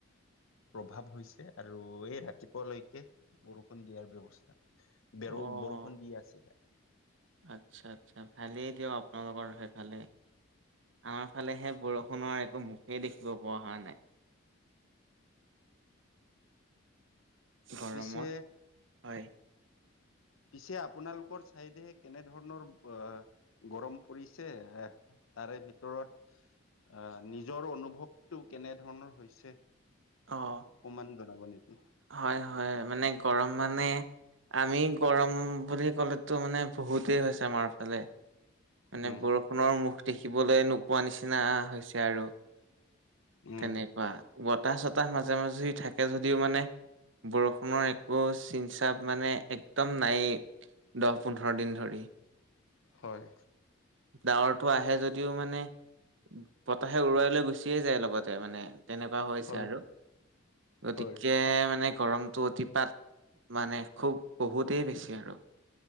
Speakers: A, on the left; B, on the right.
A: প্ৰভাৱ হৈছে আৰু এই ৰাতিপুৱালৈকে বৰষুণ দিয়াৰ ব্যৱস্থা
B: অ',
A: বেৰ বৰষুণ দি আছিলে
B: আচ্ছা আচ্ছা ভালেই দিয়ক আপোনালোকৰ সেইফালে আমাৰ ফালেহে বৰষুণৰ একো মুখেই দেখিব পোৱা হোৱা নাই। গৰমত
A: পিছে
B: হয়
A: পিছে আপোনালোকৰ চাইডে কেনে ধৰণৰ গৰম পৰিছে এ তাৰে ভিতৰত নিজৰ অনুভৱটো কেনে ধৰণৰ হৈছে।
B: অ'
A: অ'কমান জনাব নেকি?
B: হয়, হয়, মানে গৰম মানে আমি গৰম বুলি ক'লেতো মানে বহুতেই হৈছে আমাৰ ফালে। মানে
A: উম
B: বৰষুণৰ মুখ দেখিবলৈ নোপোৱা নিচিনা হৈছে আৰু
A: উম
B: তেনেকুৱা বতাহ চতাহ মাজে মাজে থাকে যদিও মানে বৰষুণৰ একো চিনচাপ মানে একদম নায়েই। দহ পোন্ধৰ দিন ধৰি।
A: হয়
B: ডাৱৰটো আহে যদিও মানে বতাহে উৰুৱাই লৈ গুচিয়ে যায় লগতে মানে। তেনেকুৱা হৈছে
A: হয়
B: আৰু গতিকে
A: হয়
B: মানে গৰমটো অতিপাত মানে খুব বহুতেই বেছি আৰু